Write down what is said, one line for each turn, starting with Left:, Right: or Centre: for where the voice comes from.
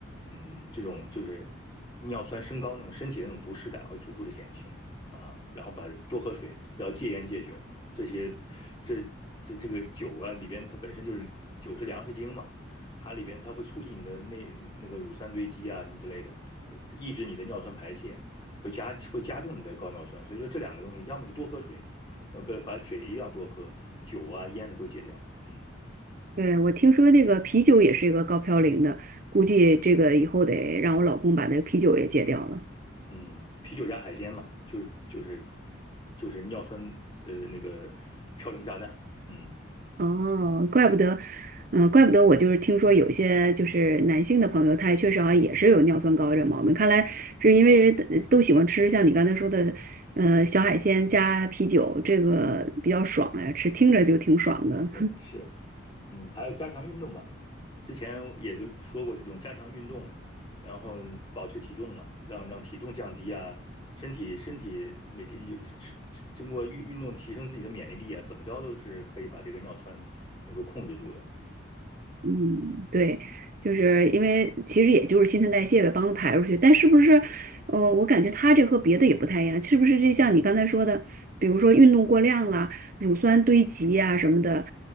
Left: 嗯，这种就是尿酸升高那种身体的那种不适感会逐步的减轻啊。然后把多喝水，然后戒烟戒酒。这些这这这个酒啊里边它本身就是酒是粮食精嘛，它里边它会促进你的那那个乳酸堆积啊什么之类的，抑制你的尿酸排泄，会加会加重你的高尿酸。所以说这两个东西，要么就多喝水，呃不把水一定要多喝，酒啊烟的都戒掉。嗯
Right: 对，我听说那个啤酒也是一个高嘌呤的，估计这个以后得让我老公把那个啤酒也戒掉了。
Left: 嗯，啤酒加海鲜嘛，就是就是就是尿酸的那个嘌呤炸弹。嗯
Right: 哦，怪不得，嗯、怪不得我就是听说有些就是男性的朋友，他也确实好像也是有尿酸高这毛病，看来是因为人都喜欢吃像你刚才说的，呃，小海鲜加啤酒，这个比较爽呀，吃听着就挺爽的。
Left: 嗯是。嗯，还要加强运动吧。之前也都说过这种加强运动嘛，然后保持体重嘛，让让体重降低啊，身体身体每天也只是经过运运动提升自己的免疫力啊，怎么着都是可以把这个尿酸能够控制住的。
Right: 嗯，对，就是因为其实也就是新陈代谢呗，帮它排出去。但是不是，呃，我感觉它这和别的也不太一样，是不是？就像你刚才说的，比如说运动过量了，乳酸堆积呀、什么的，